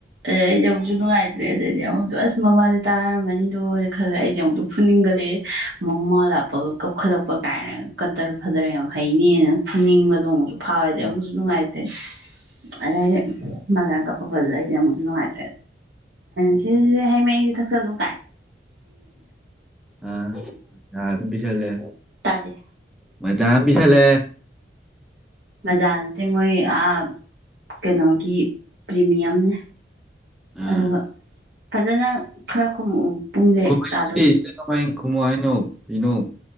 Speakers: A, on the right (about 60°); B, in the centre.
A: ꯑꯦ ꯅꯨꯡꯁꯨ ꯅꯨꯡꯉꯥꯏꯇꯦ ꯇꯦ ꯑꯗꯩꯗꯤ ꯑꯃꯨꯛꯁꯨ ꯑꯁ ꯃꯃꯥꯁꯦ ꯇꯥꯔꯝꯃꯅꯤꯗꯣꯅ ꯈꯜꯂꯦ ꯑꯩꯁꯦ ꯑꯃꯨꯛꯁꯨ ꯐꯨꯅꯤꯡꯒꯠꯂꯛꯑꯦ ꯃꯃꯥ ꯂꯥꯛꯄꯒ ꯀꯞꯈꯠꯂꯛꯄ ꯀꯥꯏꯅ ꯀꯗꯔ ꯐꯗꯔ ꯌꯥꯝ ꯍꯩꯅꯦꯅ ꯐꯨꯟꯅꯤꯡꯕꯗꯣ ꯑꯃꯛꯁꯨ ꯐꯥꯎꯋꯦꯗꯤ
B: ꯎꯝ
A: ꯑꯃꯨꯛꯁꯨ ꯅꯨꯡꯉꯥꯏꯦ ꯏꯁ ꯑꯗꯩꯗꯤ ꯃꯥ ꯑꯗꯨꯃꯥꯏ ꯀꯄꯛꯄꯗꯨꯗ ꯃꯨꯛꯁꯨ ꯅꯨꯡꯉꯥꯏ ꯁꯦ ꯁꯦ ꯍꯩ ꯃꯍꯤꯁꯦ ꯊꯛꯆꯤꯜꯂꯨ
B: ꯑ ꯌꯥ ꯄꯤꯁꯜꯂꯦ
A: ꯇꯥꯗꯦ
B: ꯃꯖꯥ ꯑꯃ ꯄꯤꯁꯜꯂꯛꯑꯦ
A: ꯃꯖꯥ ꯅꯠꯇꯦ ꯃꯣꯏ ꯑ ꯀꯩꯅꯣꯒꯤ ꯄ꯭ꯔꯤꯃꯤꯌꯝꯅꯦ
B: ꯑꯥ
A: ꯑꯗꯨꯒ ꯐꯖꯅ ꯈꯔ ꯈꯨꯝꯃꯛꯎ ꯄꯨꯡꯁꯦ
B: ꯈꯨꯝꯃꯛꯏꯁꯤꯗꯤ
A: ꯇꯥꯗꯣꯔꯦ
B: ꯁꯤꯗ ꯀꯃꯥꯏꯅ ꯈꯨꯝꯃꯨ ꯍꯥꯏꯅꯣ ꯀꯩꯅꯣ